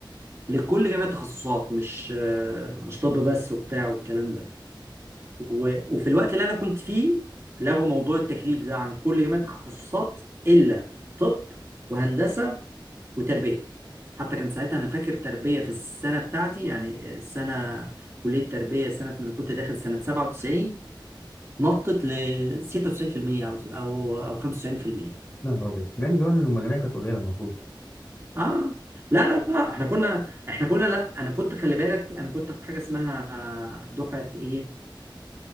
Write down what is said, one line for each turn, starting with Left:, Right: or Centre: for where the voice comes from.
Right: لكل جميع التخصصات مش آه، مش طب بس وبتاع والكلام ده و- وفي الوقت اللي انا كنت فيه لغوا موضوع التكليف ده عن كل جميع التخصصات الا طب وهندسه وتربيه حتى كان ساعتها انا فاكر تربيه في السنه بتاعتي يعني السنه كليه تربيه سنه ما انا كنت داخل سنه 97 نطت ل 96% او او او 95%
Left: يا نهار ابيض ما من زمان المجاميع كانت قليلة المفروض
Right: اه لا لا لا احنا كنا احنا كنا لا انا كنت خلي بالك انا كنت حاجه اسمها دفعه ايه